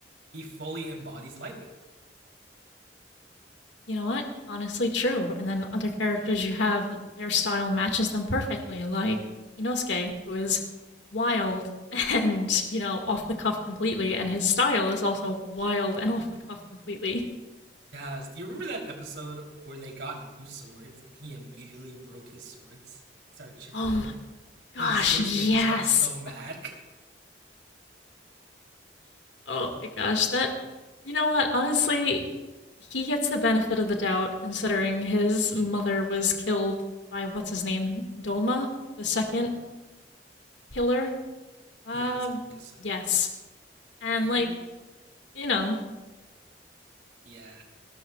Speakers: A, on the right (about 80°); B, on the left (about 80°).
A: he fully embodies lightning.
B: You know what? Honestly, true. And then other characters you have, their style matches them perfectly, like Inosuke, who is wild <laughs> and, you know, off the cuff completely, and his style is also wild and off the cuff completely.
A: Yes. Do you remember that episode where they got new swords and he immediately broke his swords? He started chipping
B: Oh my
A: them. <laughs>
B: gosh,
A: Then the swordsmith
B: yes.
A: just got so mad.
B: Oh my gosh, that, you know what? Honestly, he gets the benefit of the doubt considering his mother was killed by what's his name? Dolma, the second pillar.
A: <laughs>
B: Uh,
A: yes, I think so.
B: yes. And
A: And
B: like,
A: in-
B: you know,
A: yeah.